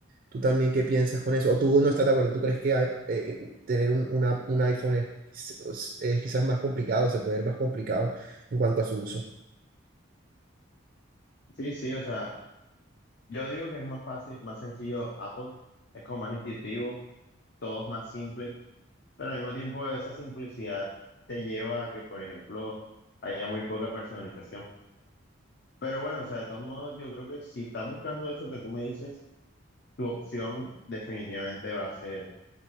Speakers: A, on the right (about 45°); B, on the left (about 55°).
A: ¿Tú también qué piensas con eso? ¿O tú no estás de acuerdo? ¿Tú crees que hay- eh, tener un, una- un iPhone es, es quizás más complicado, se puede ver más complicado en cuanto a su uso?
B: Sí, sí, o sea, yo digo que es más fácil, más sencillo Apple, es como más intuitivo, todo es más simple. Pero al mismo tiempo esa simplicidad te lleva a que, por ejemplo, haya muy poca personalización. Pero bueno, o sea, de todos modos, yo creo que si estás buscando eso que tú me dices, tu opción definitivamente va a ser